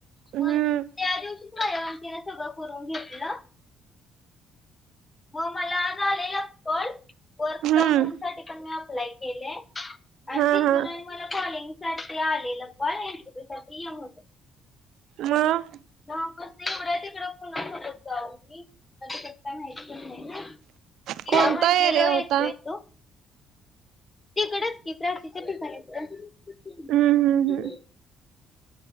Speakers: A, on the right; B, on the left.
A: हम्म
B: मग त्या दिवशीच माझ्या अँटी न सगळं करून घेतल. मग मला झालेला call, work
A: hmm
B: from home साठी पण मी अप्लाय केलेला. केलेय, आणि
A: हा
B: तिथूनच
A: हा.
B: मला कॉलिंग साठी आलेला कॉल इंटरव्यू साठी या म्हणून.
A: म?
B: नाप ते <unintelligible> पु्या तिकड पुन करत जाऊ मीता माहतीच नाही ना <inaudible> तिला
A: कोणता
B: म्हटलेल
A: एरिया
B: येतो
A: होता?
B: येतो. तिकडच की, प्राचीच्या ठिकाणीच ग.
A: हम्म. हम्म
B: ठीक
A: हम्म
B: आहे.